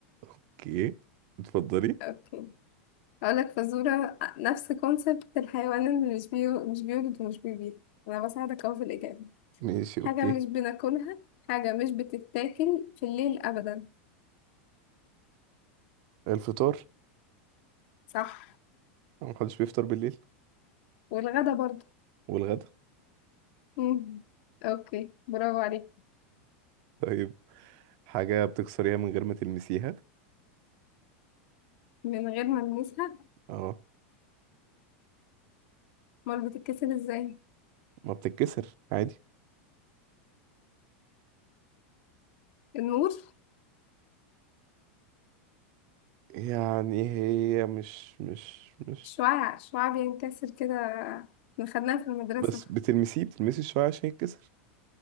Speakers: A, on the right; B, on the left.
A: أوكي اتفضلي
B: اوكي هقولك فزورة نفس كونسبت الحيوان اللي مش بيو... مش بيولد ومش بيبيض انا بساعدك اهو في الاجابة
A: ماشي أوكي
B: حاجة مش بناكلها حاجة مش بتتاكل في الليل ابدا
A: الفطار
B: صح
A: محدش بيفطر بالليل
B: <laughs> والغدا برضه
A: والغدا
B: مم. اوكي برافو عليك
A: طيب حاجة بتكسريها من غير ما تلمسيها
B: من غير ما ألمسها
A: اه
B: أمال بتتكسر إزاي
A: ما بتتكسر عادي
B: النور
A: يعني هي مش مش مش
B: شعاع شعاع بينكسر كده احنا خدناها في المدرسة
A: بس بتلمسيه بتلمسي شوية عشان يتكسر